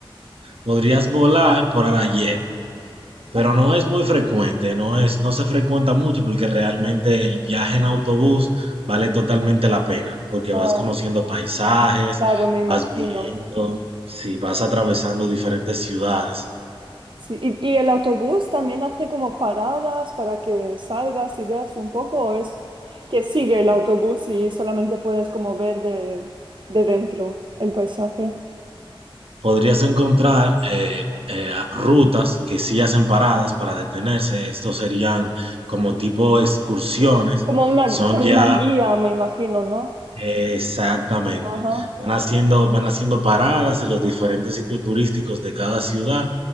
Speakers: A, on the right; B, on the right.
A: Podrías volar por Arayet, pero
B: Ajá.
A: no es muy frecuente, no es, no se frecuenta mucho porque realmente el viaje en autobús vale totalmente la pena, porque vas
B: Ah,
A: conociendo paisajes,
B: claro, me
A: vas
B: imagino.
A: viendo, si vas atravesando
B: Sí.
A: diferentes ciudades.
B: Sí, y, y el autobús también hace como paradas para que salgas y veas un poco, o es que sigue el autobús y solamente puedes como ver de, de dentro el paisaje.
A: podrías encontrar eh, eh, rutas que sí hacen paradas para detenerse. Estos serían como tipo excursiones.
B: Como una,
A: Son
B: con
A: ya
B: una guía, me imagino, ¿no?
A: eh, exactamente.
B: Ajá.
A: Van haciendo, van haciendo paradas en los diferentes sitios turísticos de cada ciudad